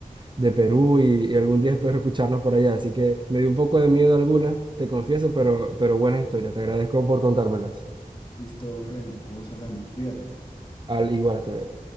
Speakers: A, on the right; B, on the left.
A: de Perú y, y algún día espero escucharlos por allá. Así que me dio un poco de miedo algunas, te confieso, pero, pero buenas historias. Te agradezco por contármelas.
B: Listo, Remy, vamos hablando. Cuídate.
A: Al igual, hasta luego.